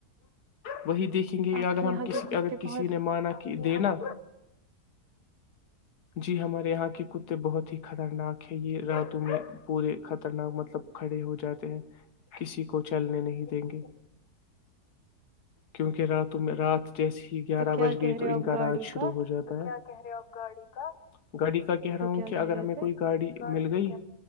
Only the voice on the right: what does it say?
آپ
کے
یہاں
کے کتے
بہت
تو کیا
کہہ رہے
ہو
آپ
گاڑی
کا
کیا
کہہ
رہے
تھے